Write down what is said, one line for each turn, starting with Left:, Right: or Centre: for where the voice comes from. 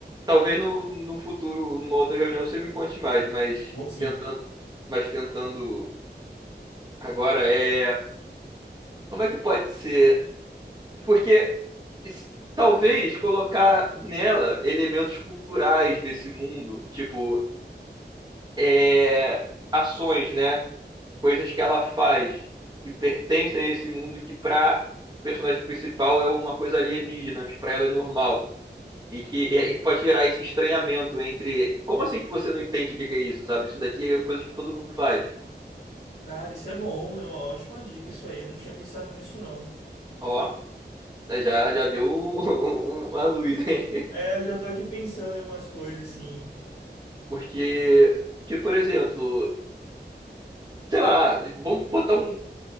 Right: talvez no, num futuro, numa outra reunião, você me conte mais, mas
Left: ponto sim.
Right: tentando. Mas tentando Agora, é. Como é que pode ser? Porque s- talvez colocar nela elementos culturais desse mundo, tipo, é... ações, né? Coisas que ela faz que pertencem a esse mundo que pra personagem principal é uma coisa alienígena, mas pra ela é normal. E que e e pode gerar esse estranhamento entre. Como assim que você não entende o que que é isso, sabe? Isso daqui é coisa que todo mundo faz.
Left: Cara, isso é bom, é uma ótima dica isso aí. Eu não tinha pensado nisso, não.
Right: Ó, já, já deu um- um- <laughs> uma luz, hein?
Left: É, eu já tô aqui pensando em algumas coisas, sim.
Right: Porque, que, por exemplo, sei lá, vamos botar um,